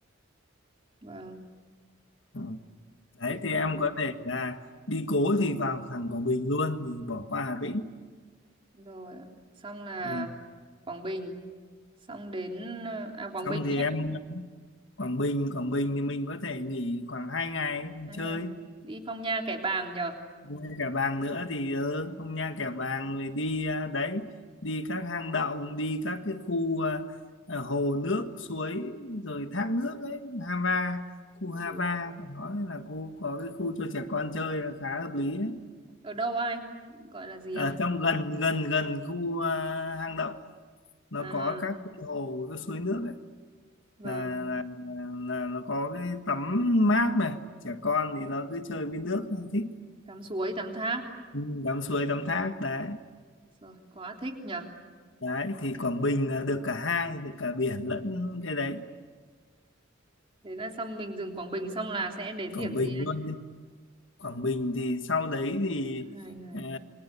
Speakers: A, on the right; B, on the left.
A: vâng
B: ừ. đấy
A: thế
B: thì
A: xong
B: em có thể là đi cố thì vào thẳng Quảng Bình luôn thì bỏ qua Hà Tĩnh
A: rồi ạ. xong là
B: ừ.
A: Quảng Bình xong đến ờ, à Quảng
B: xong
A: Bình
B: thì
A: anh
B: em Quảng Bình Quảng Bình thì mình có thể nghỉ khoảng 2 ngày
A: hai
B: chơi
A: ngày đi Phong Nha Kẻ Bàng nhờ
B: Nha Kẻ Bàng nữa thì ừ, không Nha Kẻ Bàng rồi đi à, đấy đi các hang động đi các cái khu à, à, hồ nước suối rồi thác nước ấy Hava khu
A: Ừ.
B: Hava của nó là khu có cái khu cho trẻ con chơi là khá hợp lý ấy.
A: ở đâu á anh gọi là gì
B: ở
A: á
B: trong gần gần gần khu à, hang động nó
A: à
B: có các cái hồ cái suối nước ấy
A: vâng
B: là, là là là nó có cái tắm mát này trẻ con thì nó cứ chơi với nước thích
A: tắm suối tắm thác
B: Ừ, tắm suối tắm thác đấy
A: rồi quá thích nhờ
B: Đấy thì Quảng Bình là được cả hai, được cả biển lẫn cái đấy,
A: thế là xong mình dừng Quảng Bình xong là sẽ đến điểm
B: Quảng Bình
A: gì anh
B: luôn. Quảng Bình thì sau đấy thì
A: hai ngày
B: ờ,